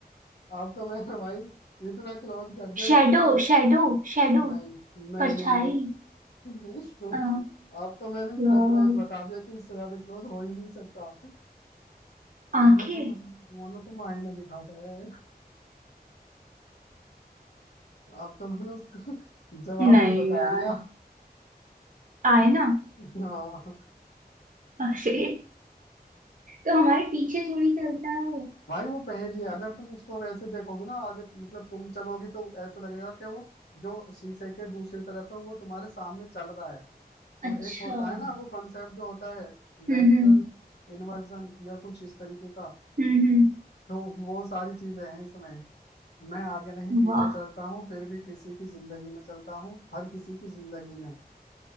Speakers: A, on the left; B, on the right.
A: अब तो मैंने भाई इतना क्लोज कर दिया
B: शेडो
A: इससे क्लोज
B: शेडो शेडो
A: नहीं नहीं
B: परछाई
A: नहीं नहीं नहीं तुम
B: अ,
A: अब तो मैंने इतना
B: यार
A: क्लोज बता दिया कि इससे ज्यादा क्लोज हो ही नहीं सकता तुम्हारा
B: आंखें
A: तो तुम्हारा तो मायने दिखाता है अब तो मैंने उसको जवाब
B: नहीं
A: भी बता
B: यार
A: दिया
B: आईना
A: हाँ
B: अरे तो हमारे पीछे थोड़ी चलता है वो
A: भाई वो पहेली है अगर तुम उसको वैसे देखोगे ना आगे मतलब तुम चलोगी तो ऐसा लगेगा कि वो जो शीशे के दूसरी तरफ है वो तुम्हारे सामने चल रहा है तो
B: अच्छा
A: एक होता
B: हम्म
A: है ना वो कॉन्सेप्ट जो होता है लेटरल
B: हम्म
A: इन्वर्जन या कुछ इस तरीके का
B: हम्म
A: तो वो सारी चीजें हैं इसमें मैं आगे नहीं
B: हम्म,
A: पीछे
B: वाह
A: चलता हूँ फिर भी किसी की जिंदगी में चलता हूँ हर किसी की जिंदगी में